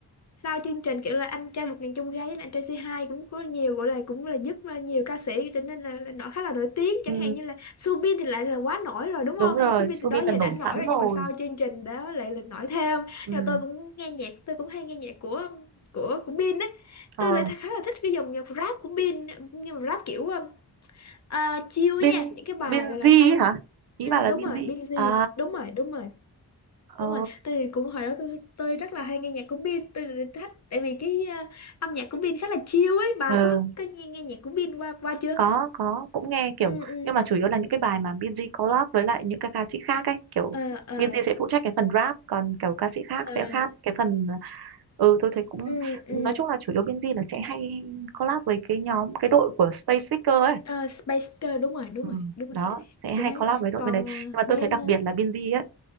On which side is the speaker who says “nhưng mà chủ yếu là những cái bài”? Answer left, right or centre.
Right